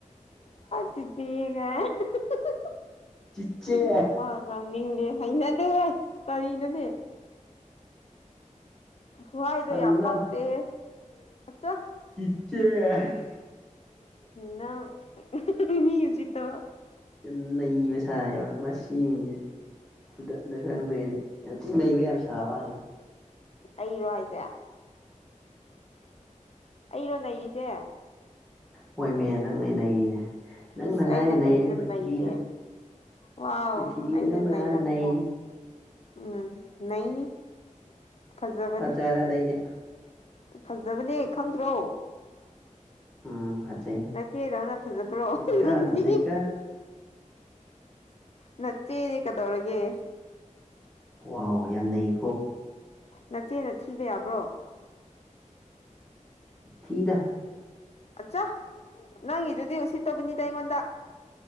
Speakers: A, on the left; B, in the centre.
A: ꯆꯤꯆꯦ ꯀꯥꯏꯅ <unintelligible>
B: ꯆꯤꯆꯦ
A: ꯎꯝ ꯋꯥ ꯉꯥꯡꯅꯤꯡꯗꯦ ꯍꯩꯅꯗꯦꯍꯦ ꯀꯔꯤꯅꯣꯅꯦ ꯈꯨꯍꯥꯏꯗꯣ
B: ꯁꯜꯂꯥ
A: ꯌꯥꯝ ꯄꯛꯇꯦ ꯑꯠꯆꯥ
B: ꯆꯤꯆꯦ
A: ꯅꯪ ꯃꯤ ꯎꯁꯤꯠꯇꯕ
B: ꯌꯥꯝꯅ ꯅꯩꯕ ꯁꯥꯏꯌꯦꯕ ꯃꯁꯤ ꯃꯤꯁꯦ ꯐꯨꯗꯠꯂ ꯈꯪꯗꯣꯏꯅꯦ ꯌꯥꯝ ꯊꯤ ꯅꯩꯕ ꯌꯥꯝ ꯁꯥꯕ ꯋꯥꯅꯤꯗ
A: ꯑꯩꯔꯣ ꯍꯥꯏꯁꯦ ꯑꯩꯔꯣ ꯅꯩꯔꯤꯁꯦ
B: ꯍꯣꯏꯃꯦ ꯅꯪꯅꯦ ꯅꯩꯔꯤꯁꯦ꯫ ꯅꯪꯅ
A: ꯏꯁ
B: ꯉꯥꯏꯔꯦ
A: ꯑꯩꯅ
B: ꯅꯩꯔꯤꯁꯦ
A: ꯀꯔꯤꯗ
B: ꯄ꯭ꯔꯤꯊꯤꯕꯤꯗ
A: ꯅꯩꯒꯦ ꯋꯥꯎ
B: ꯄ꯭ꯔꯤꯊꯤꯕꯤꯗ
A: ꯑꯩꯅ
B: ꯅꯪꯅ
A: ꯅꯩꯔꯕꯀꯣ
B: ꯉꯥꯏꯔꯦ ꯅꯩꯔꯤꯁꯦ
A: ꯎꯝ ꯅꯩꯅꯤ <unintelligible> ꯐꯖꯕꯅꯦ
B: ꯐꯖꯔꯦ ꯑꯗꯩꯗꯤ
A: ꯐꯖꯕꯅꯦ ꯈꯪꯗ꯭ꯔꯣ
B: ꯎꯝ ꯐꯖꯩ
A: ꯅꯆꯦꯗꯧꯅ ꯐꯖꯕꯔꯣ
B: ꯐꯖꯩꯀ
A: ꯅꯪꯗꯤ
B: ꯐꯖꯩꯀ
A: ꯅꯆꯦꯅꯦ ꯀꯩꯗꯧꯔꯒꯦ
B: ꯋꯥꯎ ꯌꯥꯝꯅꯩ
A: ꯅꯆꯦꯅ ꯊꯤꯕ ꯌꯥꯕ꯭ꯔꯣ
B: ꯊꯤꯗ
A: ꯑꯠꯆꯥ ꯅꯪꯒꯤꯗꯨꯗꯤ ꯎꯁꯤꯠꯇꯕꯅꯤꯗ ꯑꯩꯉꯣꯟꯗ